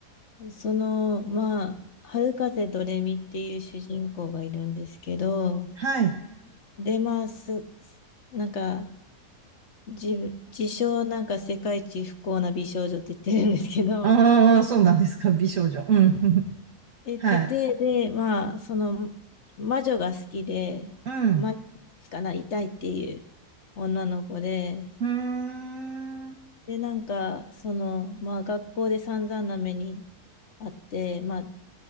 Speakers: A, on the left; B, on the right.
A: その、まあ、春風ドレミっていう主人公がいるんですけど、
B: はい。
A: で、まあ、す、すなんか、自自称なんか世界一不幸な美少女って言ってるんですけど、
B: ああ、
A: <laughs> っ
B: そうなんですか。美少女。うん。<laughs>
A: て言ってて、
B: はい。
A: で、まあ、その、魔女が好きで、
B: うん。
A: 魔女になりたいっていう女の子で、
B: うーん。
A: で、なんか、その、まあ学校で散々な目にあって、まあ、